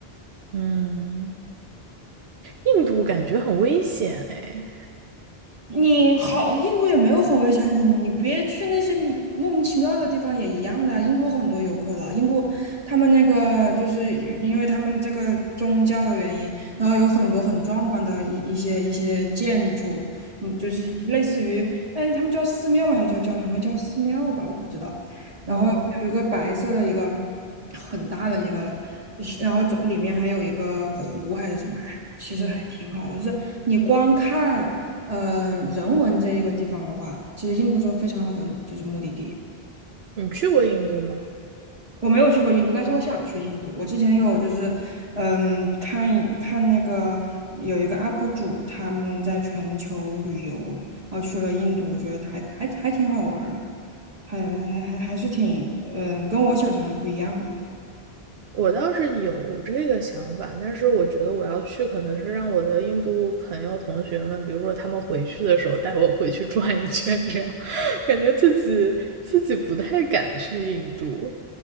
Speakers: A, on the right; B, on the right.
A: 嗯，印度感觉很危险哎。
B: 你好，印度也没有很危险，你你别去那些莫名其妙的地方也一样的。印度很多游客了，印度他们那个就是因为他们这个宗教的原因，然后有很多很壮观的一一些一些建筑，嗯，就是类似于，哎，他们叫寺庙吗？还是叫教堂？应该叫寺庙吧，我不知道。然后有个白色的一个
A: 嗯
B: 很大的一个，然后总里面还有一个湖还是什么，哎，其实还挺好的，
A: 嗯，
B: 就是你光看。嗯、呃人文这个地方的话，其实印度是个非常好的就是目的地。
A: 你去过印度吗？
B: 我没有去过印度，但是我想去印度。我之前有就是，嗯，看看那个有一个 UP 主他们在全球旅游，然后去了印度，我觉得还还还挺好玩儿的，还还还还是挺嗯跟我想象的不一样的。
A: 我倒是有这个想法，但是我觉得我要去，可能是让我的印度朋友同学们，比如说他们回去的时候带我回去转一圈，这样 <laughs> 感觉自己自己不太敢去印度，